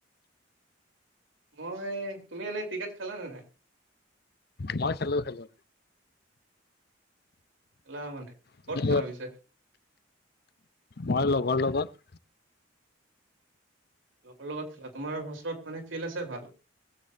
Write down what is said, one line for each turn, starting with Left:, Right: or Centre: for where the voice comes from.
Right: মই তুমি এনেই ক্ৰিকেট খেলা নে নাই?
Left: মই খেলো খেলো।
Right: খেলা মানে,
Left: তুমি
Right: ক'ত খেলা পিছে?
Left: মই লগৰ লগত।
Right: লগৰ লগত খেলা, তোমাৰ ওচৰত মানে ফিল্ড আছে ভাল?